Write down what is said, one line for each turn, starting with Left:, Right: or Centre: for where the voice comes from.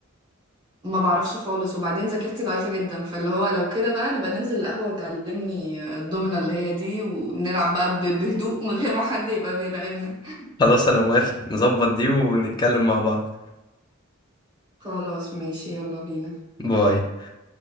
Right: ما بعرفش خالص وبعدين ذاكرتي ضعيفة جدا فاللي هو لو كده بقى نبقى ننزل القهوة وتعلمني الدومنة اللي هي دي ونلعب بقى ب- بهدوء من غير ما حد يبقى بيراقبنا
Left: خلاص انا موافق نظبط دي ونتكلم مع بعض
Right: خلاص ماشي يلا بينا
Left: باي